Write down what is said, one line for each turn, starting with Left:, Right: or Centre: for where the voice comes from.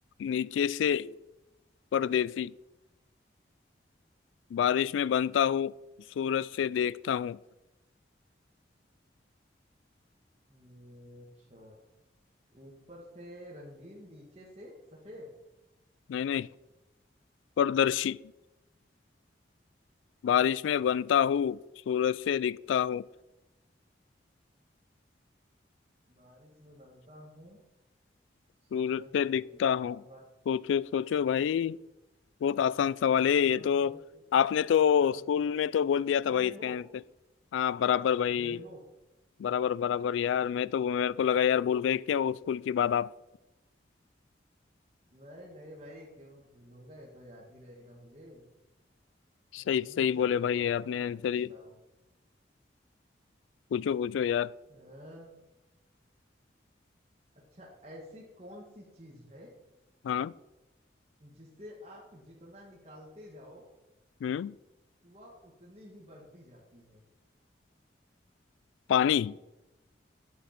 Left: नीचे से परदेसी बारिश में बनता हूँ सूरज से देखता हूँ
Right: हम्म, अच्छा ऊपर से रंगीन नीचे से सफेद
Left: नहीं नहीं पारदर्शी बारिश में बनता हूँ सूरज से दिखता हूँ
Right: बारिश में बनता हूँ
Left: सूरज
Right: सूरज
Left: से
Right: से
Left: दिखता
Right: दिखता
Left: हूँ
Right: हूँ बाकी
Left: सोचो सोचो भाई बहुत आसान सवाल है ये
Right: ऊपर से
Left: तो
Right: रंगीन
Left: आपने तो
Right: बरसी।
Left: स्कूल में तो बोल दिया था भाई
Right: रेनबो
Left: इसका आंसर हाँ बराबर भाई
Right: रेनबो
Left: बराबर बराबर यार मैं तो मेरे को लगा यार भूल गए क्या वो स्कूल की बात आप
Right: नहीं नहीं भाई क्यों भूलूंगा ये तो याद ही रहेगा मुझे
Left: सही
Right: हम्म,
Left: सही
Right: चलो
Left: बोले भाई ये आपने
Right: अब मैं
Left: आंसर
Right: पूछता
Left: ही
Right: हूँ
Left: पूछो पूछो यार
Right: अ, अच्छा ऐसी कौन सी चीज है
Left: हाँ
Right: जिसे आप जितना निकालते जाओ
Left: हम्म
Right: वह उतनी ही बढ़ती जाती है
Left: पानी